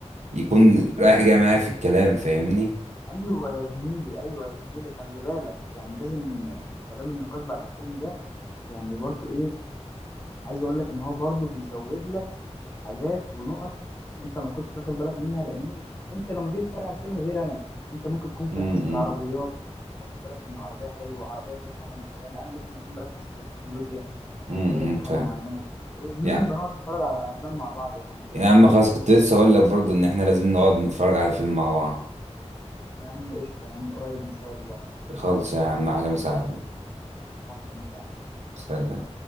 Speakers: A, on the right (about 85°); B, on the left (about 20°).
A: يكون رايح جاي معايا في الكلام فاهمني
B: أيوة يا زميلي أيوة يا زميلي خلي بالك يعني لازم آه، كلام النقاش بعد الفيلم ده يعني برضو إيه عايز أقول لك إن هو برضو بيزود لك حاجات ونقط انت ما كنتش واخد بالك منها لان انت لما تيجي تتفرج على الفيلم غير انا انت ممكن تكون بتركز
A: امم
B: في العربيات تاخد بالك من عربيه حلوه عربيه فيها حاجه معينه انا ممكن اكون بركز في التكنولوجيا اخدت
A: امم
B: بالي من
A: فاهم
B: حاجه معينه ويا زميلي
A: يعني
B: نبقى نقعد نتفرج على افلام مع بعض يا عم
A: يا عم خلاص كنت لسه هقول لك برضه ان احنا لازم نقعد نتفرج على فيلم مع بعض
B: يا عم قشطه يا عم قريب ان شاء الله
A: خالص يا عم احلى مسا عليك.
B: احلى مساعدة
A: سلام